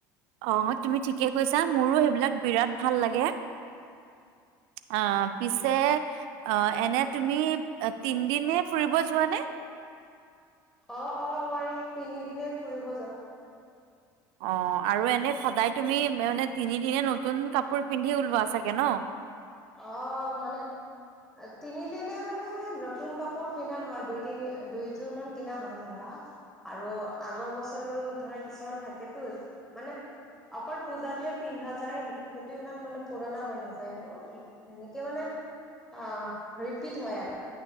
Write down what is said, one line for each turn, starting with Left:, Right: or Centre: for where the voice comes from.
Right: অ তুমি ঠিকে কৈছা মোৰো সেইবিলাক বিৰাট লাগে অ পিছে অ এনে তুমি তিনদিনে ফুৰিব যোৱানে?
Centre: অ-অ মই তিনিদিনে ফুৰিব যাওঁ ৷
Right: অ আৰু এনে সদায় তুমি মানে তিনিদিনে নতুন কাপোৰ পিন্ধি ওলোৱা চাগে ন?
Centre: অ মানে তিনিদিনে মানে নতুন কাপোৰ পিন্ধা নহয় দুই তিনি দুইযোৰ মান কিনা হয় ধৰা আৰু আগৰ বছৰৰ ধৰা কিছুমান থাকেতো মানে অকল পূজাতহে পিন্ধা যায় সেইটো ইমান মানে পুৰণা হৈ নাযায় আৰু তেনেকে মানে অ ৰিপিট হয় আৰু